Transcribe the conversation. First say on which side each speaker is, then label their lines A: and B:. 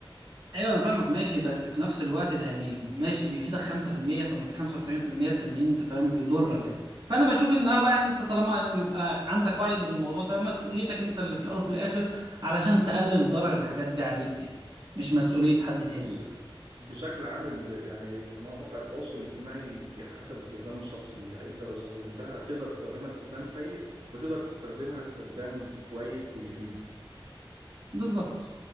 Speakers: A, on the right (about 55°); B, on the right (about 80°).
A: ايوه انا فاهمك ماشي بس في نفس الوقت ده يعني ماشي بيفيدك 5% طب ما في 95% التانيين انت فاهم بيضرك يعني فانا بشوف انها بقى انت طالما يبقى عندك وعي بالموضوع ده مسؤوليتك انت اللي في الاول وفي الاخر علشان تقلل ضرر الحاجات دي عليك يعني مش مسؤوليه حد تاني
B: بص بشكل عام ال- يعني مواقع التواصل الاجتماعي حسب استخدام الشخص ليها انت لو استخدمتها تقدر تستخدمها استخدام سيء وتقدر تستخدمها استخدام كويس ويفيدك
A: بالظبط